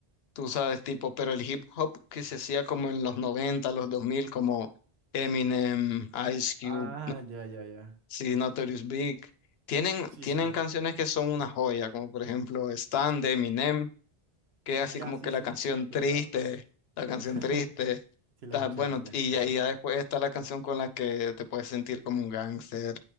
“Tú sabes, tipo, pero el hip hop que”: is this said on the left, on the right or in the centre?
Left